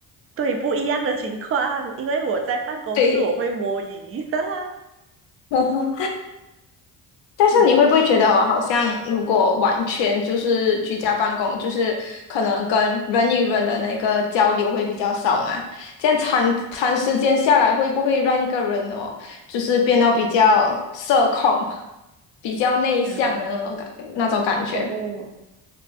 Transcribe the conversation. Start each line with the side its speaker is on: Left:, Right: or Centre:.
Right: 对，不一样的情况，因为我在办公室我会摸鱼，
Left: 对。
Right: <laughs> 哈哈，
Left: <laughs> 但是你会不会觉得我好像，
Right: 嗯
Left: 如果完全就是居家办公，就是可能跟人与人的那个交流会比较少嘛？这样长长时间下来，会不会让一个人哦，就是变得比较社恐、比较内向的那种感那种感觉？
Right: 嗯，哦。